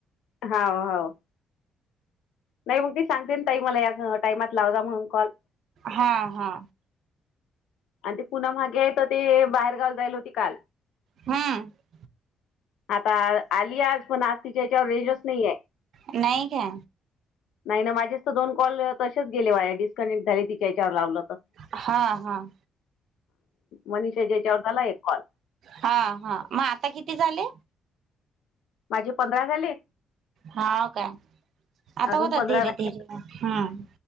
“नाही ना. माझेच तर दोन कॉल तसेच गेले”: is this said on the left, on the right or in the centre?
Left